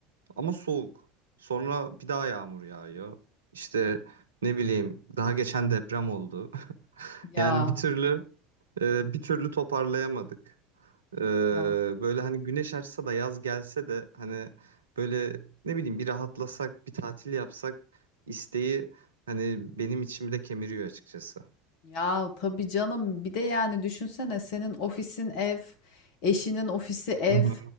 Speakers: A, on the right (about 75°); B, on the left (about 55°).
A: ama soğuk. Sonra bir daha yağmur yağıyor. İşte ne bileyim daha geçen deprem oldu. <laughs>
B: Ya
A: Yani bir türlü e, bir türlü toparlayamadık. Ee,
B: ya
A: böyle hani güneş açsa da yaz gelse de hani böyle ne bileyim bir rahatlasak, bir tatil yapsak isteği hani benim içimde kemiriyor açıkçası.
B: Ya tabii canım bir de yani düşünsene senin ofisin ev, eşinin ofisi ev.
A: Hı hı.